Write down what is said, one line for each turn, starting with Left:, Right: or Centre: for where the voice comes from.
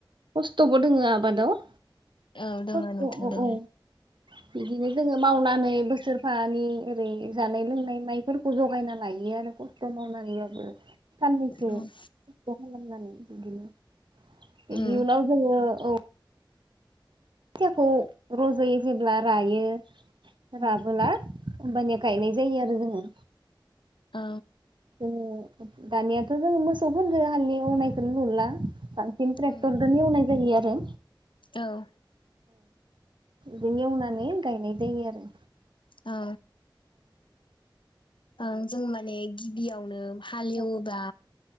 Right: खस्थ'बो दङ आबादाव
Left: औ
Right: खस्थ'
Left: दोङो नोंथां
Right: औ
Left: दोङो
Right: औ बिदिनो जोङो मावनानै बोसोरफानि ओरै जानाय लोंनाय माइफोरखौ जगायना लायो आरो खस्थ' मावनानैबाबो साननैसो
Left: उम
Right: खस्त खालामनानै बिदिनो
Left: उम
Right: इयुनाव जोङो औ खोथियाखौ रज'यो जेब्ला रायो
Left: उम
Right: राबोला होम्बानिया गायनाय जायो आरो जोङो
Left: ओ
Right: जोङो दानियाथ' जोङो मोसौफोरजों हालेवनायखोनो नुला सिन ट्रेक्टरजोनो
Left: उम
Right: एवनाय जायो आरो
Left: औ
Right: जों एवनानै गायनाय जायो आरो
Left: ओ ओं जों माने गिबियावनो हालेवबा
Right: औ